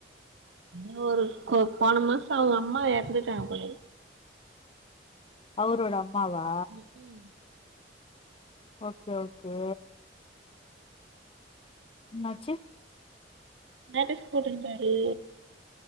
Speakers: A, on the right (about 85°); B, on the left (about 30°).
A: நீ ஒரு கு போன மாச அவுங்க அம்மா எறந்துட்டாங்க போலயே
B: அவரோட அம்மாவா
A: ம் ம்
B: ஓகே ஓகே என்னாச்சு
A: <unintelligible> போட்ருந்தாரு